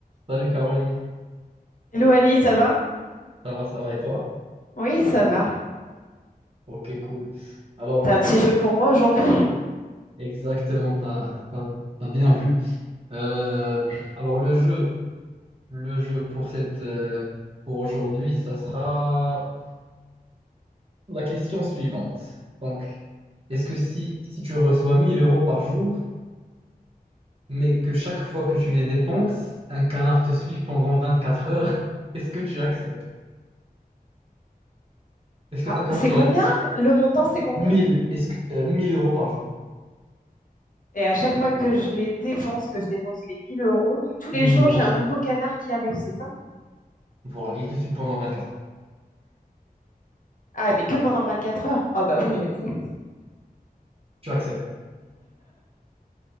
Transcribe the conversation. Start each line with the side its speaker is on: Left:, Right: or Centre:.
Right: Salut Caroline,
Left: Hello Ali, ça va?
Right: ça va, ça va et toi?
Left: Oui, ça va.
Right: Ok, cool. Alors,
Left: T'as un petit jeu pour moi aujourd'hui?
Right: exactement, t'as, t'as, t'as bien vu. Euh, alors, le jeu, le jeu pour cette, euh, pour aujourd'hui, ça sera la question suivante. Donc, est-ce que si, si tu reçois 1000 euros par jour, mais que chaque fois que tu les dépenses, un canard te suit pendant 24 heures, <laughs> est-ce que tu acceptes? Est-ce que
Left: Ah,
Right: tu as compris
Left: c'est combien?
Right: la question?
Left: Le montant, c'est combien?
Right: 1000, est-ce que, euh, 1000 euros par jour,
Left: Et à chaque fois que je les dépense, que je dépense les 1000 euros, donc tous les
Right: les
Left: jours,
Right: mille
Left: j'ai
Right: euros,
Left: un nouveau canard qui arrive, c'est ça?
Right: voilà, il te suit pendant 24
Left: Ah, mais que pendant 24 heures? Oh bah oui, j'accepte.
Right: Tu acceptes.